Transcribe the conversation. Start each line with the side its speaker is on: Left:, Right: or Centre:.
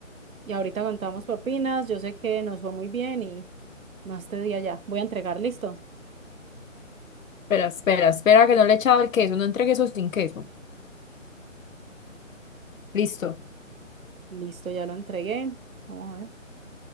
Right: y ahorita contamos propinas. Yo sé que nos fue muy bien y no este día ya. Voy a entregar, listo.
Left: Espera, espera, espera que no le he echado el queso, no entregué eso sin queso. Listo,
Right: Listo, ya lo entregué. Vamos a ver.